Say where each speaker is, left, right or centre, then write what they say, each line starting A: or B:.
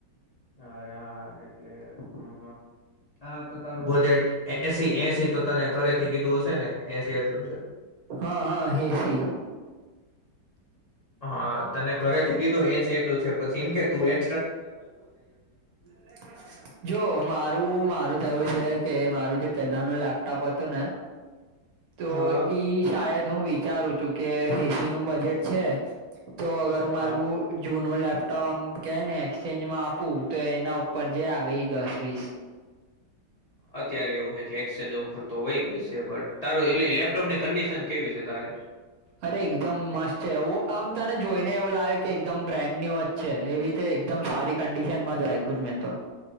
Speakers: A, on the left; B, on the right.
A: અરે હા એટલે હમ હ હા તો તારું બજેટ એસી એસી તો તને ઘરે થી કીધું હશે ને એસી એટલું છે
B: હા હા હેસી
A: હા તને ઘરેથી કીધું એસી એટલું છે પછી એમ કે તું એ
B: <unintelligible> જો મારું મારું તો એવું છે કે મારું જે પેલાનું લેપટોપ હતું ને તો
A: હા હા
B: ઈ શાયદ હું વિચારું જો કે એસી નું બજેટ છે તો અગર મારું
A: હા
B: જૂનું લેપ આમ કે ને એક્સચેન્જ માં આપું તો એના ઉપર જે આવે એ દસ વીસ
A: અત્યારે એવું હ કે એક્સચેન્જ ઓફર તો વઈગી છે બટ તારું એટલે લેપટોપ ની કંડિશન કેવી છે તારે
B: અરે એકદમ મસ્ત છે એવું આમ તને જોઈને એવું લાગે કે એકદમ બ્રેન્ડ ન્યુ જ છે એવી રીતે એકદમ સારી કન્ડિશનમાં જ રાયખું છે મેં તો